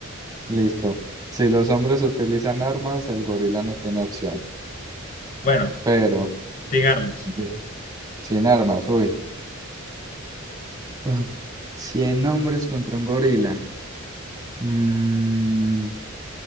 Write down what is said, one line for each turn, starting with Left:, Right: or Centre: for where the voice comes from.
Right: listo. Si los hombres utilizan armas, el gorila no tiene opción.
Left: Bueno,
Right: Pero,
Left: sin armas.
Right: bien, sin armas, uy. Uf, 100 hombres contra un gorila. Mm,